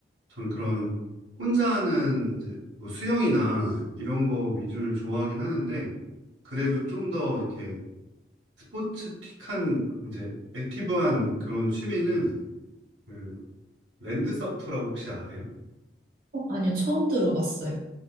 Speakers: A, on the right; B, on the right.
A: 저는 그런 혼자 하는 이제 뭐 수영이나 이런 거 위주를 좋아하긴 하는데 그래도 좀 더 이렇게 스포츠틱한 이제 액티브한 그런 취미는 그 랜드서프라고 혹시 아세요?
B: 어, 아니요, 처음 들어봤어요.